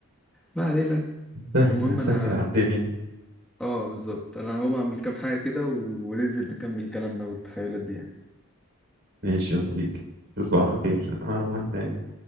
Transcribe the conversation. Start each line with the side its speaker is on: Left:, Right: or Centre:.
Centre: ما علينا
Right: سهل
Centre: المهم
Right: هسهل
Centre: انا
Right: على الدنيا
Centre: اه بالظبط انا هقوم اعمل كام حاجة كده وننزل نكمل كلامنا والتخيلات دي يعني.
Right: ماشي يا صديقي تصبح على خير انا هروح انام